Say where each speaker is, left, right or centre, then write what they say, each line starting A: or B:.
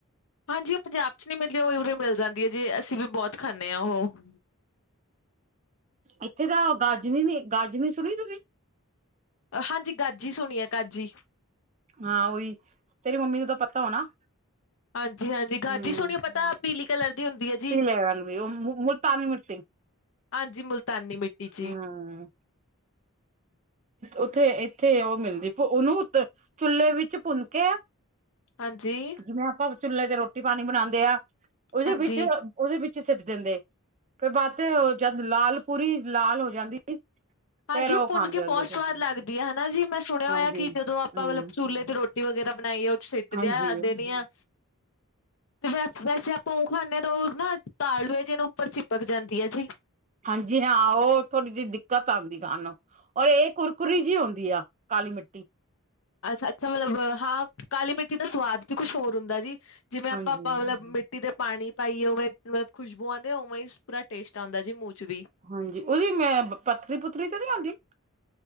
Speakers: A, on the left; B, on the right.
A: ਹਾਂਜੀ, ਉਹ ਪੰਜਾਬ 'ਚ ਨਹੀ ਮਿਲਦੀ ਉਹ ਉਰੇ ਮਿਲ ਜਾਂਦੀ ਹੈ। ਅਸੀਂ ਵੀ ਬਹੁਤ ਖਾਂਦੇ ਹਾਂ ਉਹ।
B: ਇੱਥੇ ਤਾਂ ਗਾਜਨੀ ਨੀ, ਗਾਜਨੀ ਸੁਣੀ ਤੁਸੀਂ?
A: ਹਾਂਜੀ, ਗਾਚੀ ਸੁਣੀਏ, ਗਾਚੀ।
B: ਹਾਂ ਓਹੀ, ਤੇਰੀ ਮੰਮੀ ਨੂੰ ਤਾਂ ਪਤਾ ਹੋਣਾ।
A: ਹਾਂਜੀ- ਹਾਂਜੀ, ਗਾਚੀ
B: ਹਮ
A: ਸੁਣੀਓ ਪਤਾ ਪੀਲੀ ਕਲਰ ਦੀ ਹੁੰਦੀ ਹੈ। ਜੀ।
B: ਪੀਲੇ ਰੰਗ ਦੀ ਉਹ ਮੁਲਤਾਨੀ ਮਿੱਟੀ
A: ਹਾਂਜੀ, ਮੁਲਤਾਨੀ ਮਿੱਟੀ ਜੀ।
B: ਹਮ ਉੱਥੇ ਇੱਥੇ ਉਹ ਮਿਲਦੀ ਉਹਨੂੰ ਚੁੱਲੇ ਵਿੱਚ ਭੁੰਨਕੇ ਆ
A: ਹਾਂਜੀ
B: ਜਿਵੇਂ ਆਪਾਂ ਚੁੱਲ੍ਹੇ ਤੇ ਰੋਟੀ- ਪਾਣੀ ਬਣਾਉਂਦੇ ਆ ਉਹਦੇ
A: ਹਾਂਜੀ,
B: ਵਿੱਚ- ਉਹਦੇ ਵਿੱਚ ਸਿੱਟ ਦਿੰਦੇ। ਫਿਰ ਬਾਦ ਤੇ ਜਦ ਲਾਲ ਪੂਰੀ ਲਾਲ ਹੋ ਜਾਂਦੀ ਸੀ।
A: ਹਾਂਜੀ,
B: ਫੇਰ
A: ਉਹ ਭੁੰਨ
B: ਖਾਂਦੇ
A: ਕੇ
B: ਹੁੰਦੇ
A: ਬਹੁਤ
B: ਸੀ
A: ਸਵਾਦ ਲੱਗਦੀ ਹੈ। ਹਨਾ ਜੀ, ਮੈਂ ਸੁਣਿਆ
B: ਹਾਂਜੀ
A: ਹੋਇਆ ਕਿ ਜਦੋਂ ਆਪਾਂ
B: ਹਮ
A: ਮਤਲਬ ਚੁਲੇ ਤੇ ਰੋਟੀ ਵਗੈਰਾ ਬਣਾਈ ਆ ਉਹ ਚ ਸਿੱਟ ਦਿਆਂ
B: ਹਾਂਜੀ
A: ਦੇਣੀ ਆ ਤੇ ਵੈਸ ਵੈਸੇ ਪੋਹ ਖਾਂਦੇ ਤਾਂ ਉਹ ਨਾ ਤਾਲੂ ਜਿਹਨੂੰ ਉੱਪਰ ਚਿਪਕ ਜਾਂਦੀ ਹੈ ਜੀ।
B: ਹਾਂਜੀ -ਹਾਂ, ਉਹ ਥੋੜ੍ਹੀ ਜਿਹੀ ਦਿੱਕਤ ਆਉਂਦੀ ਸਾਨੂੰ ਔਰ ਇਹ ਕੁਰਕੁਰੀ ਜਿਹੀ ਹੁੰਂਦੀ ਆ, ਕਾਲੀ ਮਿੱਟੀ।
A: ਅੱਛਾ -ਅੱਛਾ, ਮਤਲਬ ਹਾਂ ਕਾਲੀ ਮਿੱਟੀ ਦਾ ਸਵਾਦ ਵੀ ਕੁਛ ਹੋਰ ਹੁੰਦਾ ਜੀ। ਜਿਵੇਂ ਆਪਾਂ
B: ਹਾਂਜੀ
A: ਮਤਲਬ ਮਿੱ ਟੀ ਤੇ ਪਾਣੀ ਪਾਈਏ ਉਵੇਂ ਮਤਲ ਖੁਸ਼ਬੂ ਆਉਂਦੇ ਉਵੇ ਹੀ ਪੂਰਾ ਟੇਸਟ ਆਉਂਦਾ ਜੀ ਮੂੰਹ ਚ ਵੀ
B: ਹਾਂਜੀ, ਉਹਦੀ ਮੈਂ ਪੱਥਰੀ -ਪੁੱਥਰੀ ਤੇ ਨੀ ਆਉਂਦੀ।